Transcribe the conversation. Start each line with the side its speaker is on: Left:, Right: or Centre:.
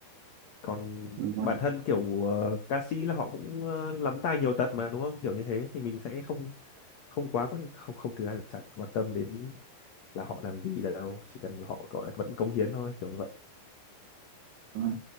Left: còn
Right: đúng rồi.
Left: bản thân kiểu ờ, ca sĩ là họ cũng ờ, lắm tài nhiều tật mà đúng không kiểu như thế thì mình sẽ không không quá quan không không thực ra là chả quan tâm đến là họ làm gì đâu chỉ cần họ gọi là vẫn cống hiến thôi kiểu như vậy
Right: đúng rồi.